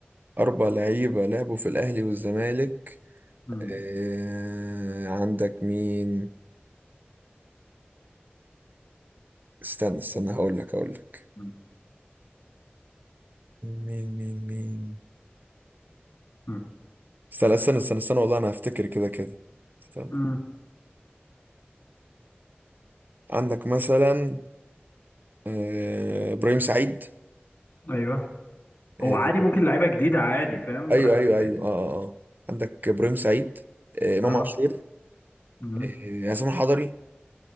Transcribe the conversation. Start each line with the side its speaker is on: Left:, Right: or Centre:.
Right: اربع لعيبه لعبوا في الاهلي والزمالك
Left: مم.
Right: آه، عندك مين استنى استنى هقول لك هقول لك
Left: مم.
Right: مين مين مين مين
Left: مم.
Right: استنى استنى استنى استنى والله انا هفتكر كده كده استنى
Left: مم.
Right: عندك مثلا آه، ابراهيم سعيد
Left: ايوه
Right: آه،
Left: هو عادي ممكن لعيبه جديده عادي فاهم
Right: ايوه
Left: براحتك
Right: ايوه ايوه
Left: يعني
Right: اه اه آه. عندك ابراهيم سعيد آه، امام
Left: اه
Right: اه عاشور
Left: مم.
Right: آه، عصام الحضري